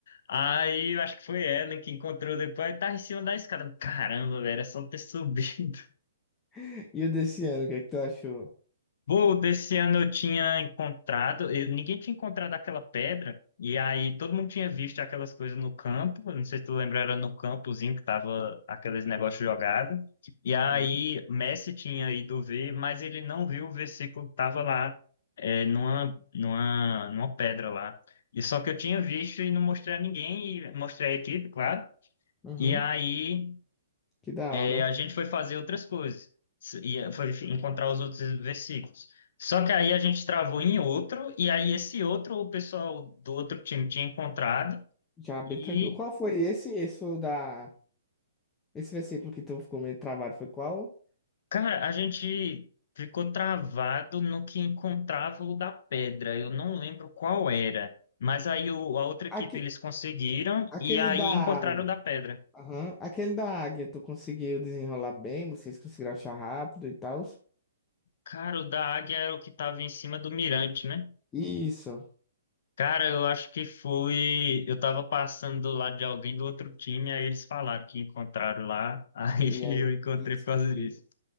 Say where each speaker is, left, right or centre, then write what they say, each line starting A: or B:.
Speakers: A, on the left; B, on the left.
A: Aí eu acho que foi ela que encontrou depois, tava em cima da escada. Caramba, velho, é só ter <laughs> subido.
B: <laughs> E o desse ano, o que é que tu achou?
A: Pô, desse ano eu tinha encontrado, eu- ninguém tinha encontrado aquela pedra, e aí todo mundo tinha visto aquelas coisas no campo, eu não sei se tu lembra, era no campozinho que tava aqueles negócios jogados, e
B: Aham,
A: aí Messi tinha ido ver, mas ele não viu o versículo que tava lá, é, numa, numa, numa pedra lá. E só que eu tinha visto e não mostrei a ninguém, e mostrei a equipe, claro,
B: uhum.
A: e aí.
B: Que da
A: E
B: hora.
A: a gente foi fazer outras coisas, S- e foi encontrar os outros versículos. Só que aí a gente travou em outro, e aí esse outro o pessoal do outro time tinha encontrado,
B: Já bem
A: e,
B: tranquilo. Qual foi esse? Esse foi o da. Esse versículo que tu ficou meio travado foi qual?
A: cara, a gente ficou travado no que encontrava o da pedra, eu não lembro qual era. Mas aí o- a outra equipe
B: Aque...
A: eles conseguiram,
B: Aquele
A: e aí
B: da.
A: encontraram o da pedra.
B: Aham. Aquele da águia, tu conseguiu desenrolar bem, vocês conseguiram achar rápido e tal.
A: Cara, o da águia era o que estava em cima do mirante, né?
B: Isso.
A: Cara, eu acho que foi. Eu tava passando do lado de alguém do outro time, aí eles falaram que encontraram lá, <laughs> aí
B: E
A: eu
B: aí
A: encontrei
B: tu descobriu.
A: por causa disso.